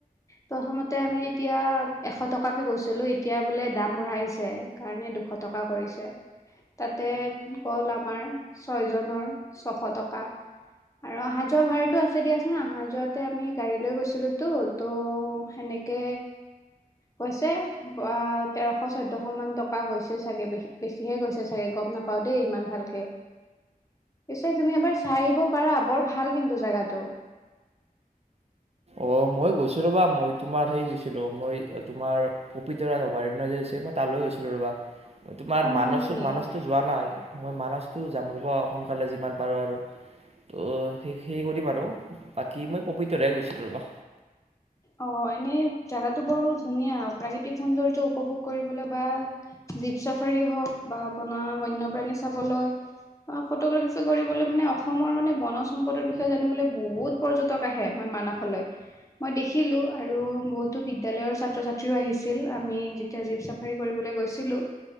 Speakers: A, on the left; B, on the right.
A: প্ৰথমতে আমি তেতিয়া এশ টকাকে গৈছিলো, এতিয়া বোলে দাম বঢ়াইছে কাৰণে দুশ টকা কৰিছে তাতে গল আমাৰ ছয়জনৰ ছশ টকা। আৰু অহা যোৱা ভাড়াটো আছে দিয়াচোন অহা যোৱাতে আমি গাড়ী লৈ গৈছিলোতো ত' সেনেকে গৈছে তেৰশ চৈধ্যশ মান টকা গৈছে চাগে বেছিহে গৈছে চাগে গম নাপাওঁ দেই ইমান ভালকে পিছে তুমি এবাৰ চাই আহিব পাৰা বৰ ভাল কিন্তু জেগাটো।
B: অ মই গৈছো ৰ'বা মই তোমাৰ হেই গৈছিলো মই তোমাৰ পবিতৰা অভয়াৰণ্য যে আছে মই তালৈ গৈছিলো ৰবা। তোমাৰ
A: অ
B: মানসো
A: হয় নেকি
B: মানসটো যোৱা নাই। মই মানাহ টো জাম ৰবা সোনকালে যিমান পাৰোঁ আৰু তো সেই সেই কৰিম আৰু বাকী মই পবিতৰা গৈছোঁ। ৰবা
A: অ এনেই জোগাতো বৰ ধুনীয়া প্ৰাকৃতিক সৌন্দৰ্য্য উপভোগ কৰিবলৈ বা জীপ চাফাৰী হওক বা বনা বন্যপ্ৰাণী চাবলৈ ফটোগ্ৰাফী কৰিবলৈ মানে অসমৰ মানে বন সম্পদৰ বিষয়ে জানিবলৈ বহুত পৰ্যটক আহে মই মানসলৈ। মই দেখিলো আৰু বহুতো বিদ্যালয়ৰ ছাত্ৰ ছাত্ৰীও আহিছিল, আমি যেতিয়া জীপ চাফাৰী কৰিবলৈ গৈছিলো